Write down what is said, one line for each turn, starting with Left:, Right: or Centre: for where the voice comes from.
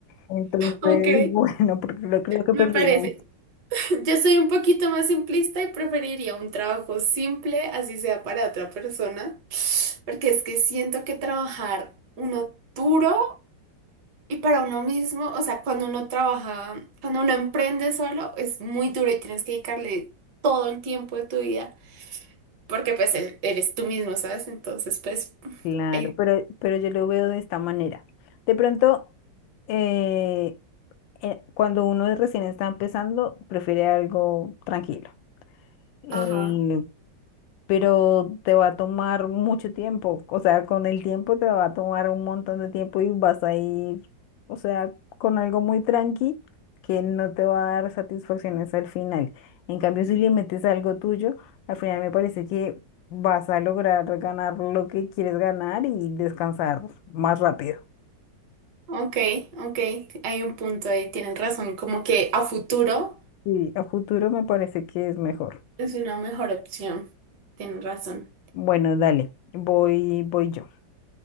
Left: Entonces,
Right: Ok,
Left: <laughs> bueno, porque lo creo que
Right: me
Left: prefiero.
Right: parece. <laughs> Yo soy un poquito más simplista y preferiría un trabajo simple, así sea para otra persona, porque es que siento que trabajar uno duro. Y para uno mismo, o sea, cuando uno trabaja, cuando uno emprende solo, es muy duro y tienes que dedicarle todo el tiempo de tu vida, porque pues e- eres tú mismo, ¿sabes? Entonces, pues,
Left: Claro,
Right: ahí-
Left: pero, pero yo lo veo de esta manera. De pronto, eh, eh, cuando uno recién está empezando, prefiere algo tranquilo. Eh,
Right: ajá,
Left: pero te va a tomar mucho tiempo. O sea, con el tiempo te va a tomar un montón de tiempo y vas a ir, o sea, con algo muy tranqui que no te va a dar satisfacciones al final. En cambio, si le metes algo tuyo, al final me parece que vas a lograr ganar lo que quieres ganar y descansar más rápido.
Right: ok, ok, hay un punto ahí, tienes razón, como que a futuro
Left: Y a futuro me parece que es mejor.
Right: es una mejor opción, tienes razón,
Left: Bueno, dale, voy, voy yo.